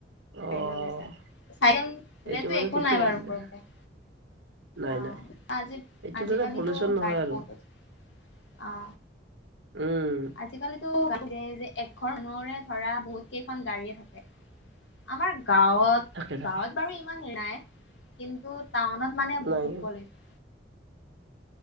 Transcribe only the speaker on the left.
ড়ী লৈ গৈছা? চাইকেল নিলেটো
একো
নাই বাৰু
প্ৰব্লেম।
অঁ
আজি
আজিকালিটো
গাড়ী
বহুত আছে অঁ।
আজিকালিতো বহুতে যে এঘৰ মানুহৰে ধৰা বহুত কেইখন গাড়ীয়ে থাকে। আমাৰ গাঁৱত।
গাঁৱত বাৰু ইমান হেৰি নাই কিন্তু টাউনত মানে বহুত
পলিউচন।